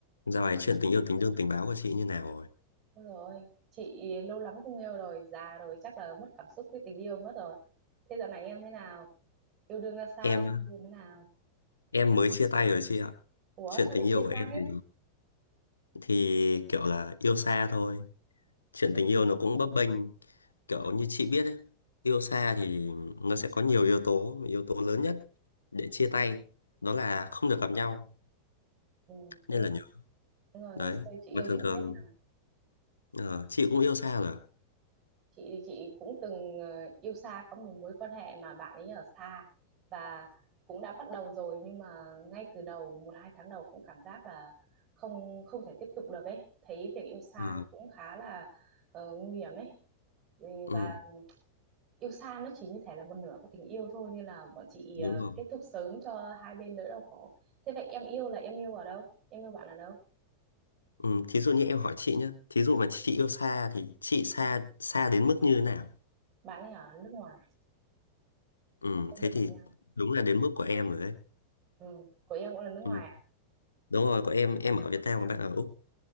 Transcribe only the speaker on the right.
Đúng rồi, chị lâu lắm không yêu rồi, già rồi chắc là mất cảm xúc với tình yêu mất rồi. Thế dạo này em thế nào? Yêu đương ra sao?
Yêu đương thế nào?
Ủa
sao
lại
chia
tay?
Ừ,
ừ, đúng rồi,
đúng rồi,
ngày xưa chị yêu
chị cũng
biết mà.
Chị thì chị cũng từng ờ, yêu xa có một mối quan hệ mà bạn ấy ở xa và cũng đã bắt đầu rồi nhưng mà ngay từ đầu một hai tháng đầu cũng cảm giác là không không thể tiếp tục được ấy. Thấy việc yêu xa
nó cũng khá là ờ, nguy hiểm ấy. Ừ,
Và yêu xa nó chỉ như thể là một nửa của tình yêu thôi nên là bọn chị
ờ,
kết thúc sớm cho hai bên đỡ đau khổ thế vậy em yêu là em yêu ở đâu em yêu bạn ở đâu
bạn ấy ở nước ngoài
và không
được gặp
nhau
ừ. của em cũng là nước ngoài
à?